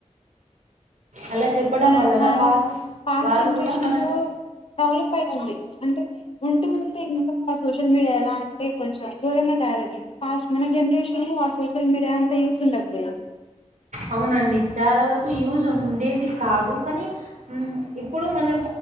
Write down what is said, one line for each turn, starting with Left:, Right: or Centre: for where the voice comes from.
Right: అలా చెప్పడం
Left: మన
Right: వలన
Left: మనం
Right: వా
Left: పాస్ట్
Right: వాళ్ళు
Left: జనరేషన్
Right: కూడా మన
Left: తో డెవలప్ అయితుంది. ప్చ్ అంటే ఉంటూ ఉంటే ఇంకా సోషల్ మీడియా ఎలా అంటే కొంచెం ఘోరంగా తయారయితుంది. ఫాస్ట్ మన జనరేషన్ లో ఆ సోషల్ మీడియా అంతా యూస్ ఉండకపోయెదు
Right: అవునండి. చాలా వరకు యూజ్ ఉండేది. కాదు కానీ హ్మ్ ఇప్పుడు మన